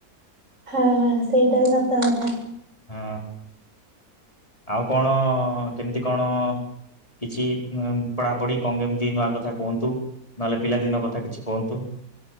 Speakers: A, on the right; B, on the left.
A: ହ ସେଇଟା ହ ସତା ଗଥା
B: ହଁ ଆଉ କଣ--କେମିତି କଣ କିଛି ଉ ପଢାପଢି? କଣ କେମିତି ନୂଆ କଥା କୁହନ୍ତୁ ନହେଲେ ପିଲାଦିନ କଥା କିଛି କୁହନ୍ତୁ